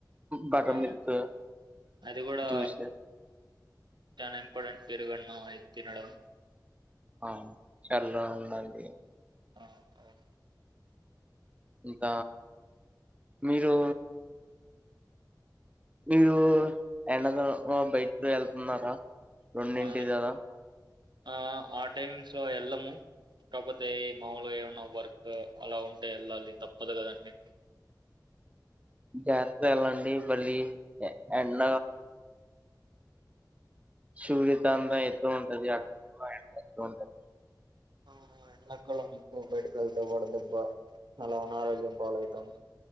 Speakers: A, on the right; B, on the right.
A: బటర్
B: ఆ
A: మల్క్
B: అది కూడా
A: జూస్
B: చాలా ఇంపార్టెంట్ పేరుగన్న అయి తినడం
A: ఆ చాలా ఉందండి
B: ఆ అవు
A: అంత మీరు మీరు ఎండ బయట వెళ్తున్నారా రెండింటి
B: ఆ
A: కదా
B: ఆ ఆ టైమిస్ లో వెళ్ళము కాకపోతే ఈ మాములుగా ఏమన్నా వర్క్ అలా ఉంటే వెళ్ళాలి తప్పదు కదండి
A: జాత ఎలాండి మళ్ళీ ఎండ సూర్యత అందం ఎతు ఉంటది అ ఎ ఎ ఉంటది
B: ఓహ ఎలక్కళం ఎక్కువ బయటక వెళ్తేా వాడదెబ్బ అలా అనారోగ్యం బాల అవుతుంది